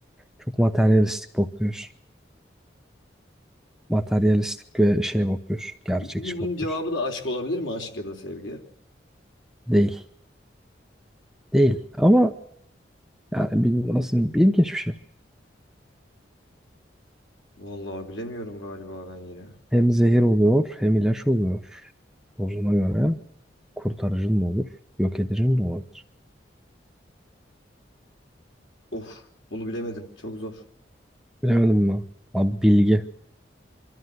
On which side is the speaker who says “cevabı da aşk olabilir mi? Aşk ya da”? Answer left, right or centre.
Left